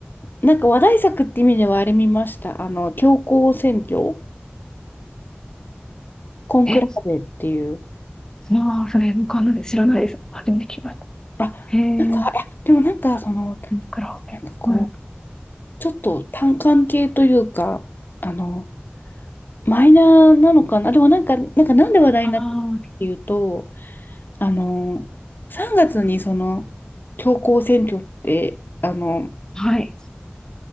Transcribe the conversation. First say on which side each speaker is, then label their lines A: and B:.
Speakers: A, on the left (about 55°); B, on the left (about 15°).
A: なんか話題作って意味ではあれ見ました。あの、教皇選挙、コンクラーベっていう。
B: え、まあ、それ、わかんないです知らないです。初めて聞きました。
A: あ、
B: へえ、
A: なんか、いや、でもなんかその、
B: クラオケ。
A: なんかこう、
B: はい。
A: ちょっと単管系というか、あの、マイナーなのかな。でもなんか、なんかなんで話題になったかっていうと、
B: あ
A: あの、3月にその、教皇選挙って、あの、
B: あ、はい。